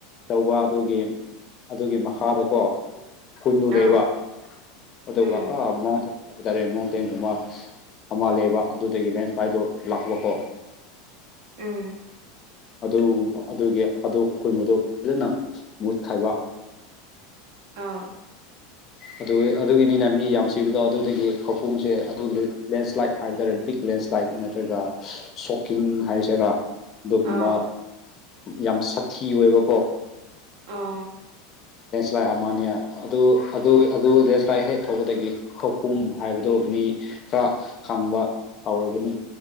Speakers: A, on the left; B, on the right.
A: ꯇꯧꯕ ꯑꯗꯨꯒꯤ ꯑꯗꯨꯒꯤ ꯃꯈꯥꯗꯀꯣ ꯀꯨꯟꯗꯨ ꯂꯩꯕ
B: ꯑ
A: ꯑꯗꯨꯒ
B: ꯎꯝ
A: ꯑꯥ ꯑꯃ ꯍꯥꯏꯕ ꯇꯥꯔꯦ ꯃꯎꯟꯇꯦꯟꯒꯨꯝꯕ ꯑꯃꯂꯕ ꯑꯗꯨꯗꯒꯤ ꯅꯪ ꯁꯥꯏꯗꯣ ꯂꯥꯛꯄꯀꯣ
B: ꯎꯝ
A: ꯑꯗꯨ ꯑꯗꯨꯒꯤ ꯑꯗꯨ ꯈꯣꯏꯕꯗꯨ ꯐꯖꯅ ꯃꯨꯠ ꯈꯥꯏꯕ
B: ꯑꯥ
A: ꯑꯗꯨ ꯑꯗꯨꯒꯤꯅꯤꯅ ꯃꯤ ꯌꯥꯝ ꯁꯤꯕꯗꯣ ꯑꯗꯨꯗꯒꯤ ꯍꯧꯀꯣꯡꯁꯦ ꯑꯗꯨ ꯂꯦꯟꯁ꯭ꯂꯥꯏꯠ ꯍꯥꯏꯕ ꯇꯥꯔꯦ ꯕꯤꯛ ꯂꯦꯟꯁ꯭ꯂꯥꯏꯠ ꯅꯠꯇ꯭ꯔꯒ ꯁꯣꯛꯀꯤꯡ ꯍꯥꯏꯁꯤꯔꯥ
B: ꯑ
A: ꯨꯝꯕ ꯌꯥꯝ ꯁꯥꯊꯤ ꯑꯣꯏꯕꯀꯣ
B: ꯑꯥ
A: ꯂꯦꯟꯁ꯭ꯂꯥꯏ ꯑꯃꯅꯤ ꯑꯗꯨ ꯑꯗꯨ ꯑꯗꯨ ꯂꯦꯟꯁ꯭ꯂꯥꯏꯠ ꯍꯦꯛ ꯊꯧꯕꯗꯒꯤ ꯈꯄꯨꯝ ꯍꯥꯏꯕꯗꯨ ꯃꯤ ꯈꯔ ꯈꯪꯕ ꯍꯧꯔꯒꯅꯤ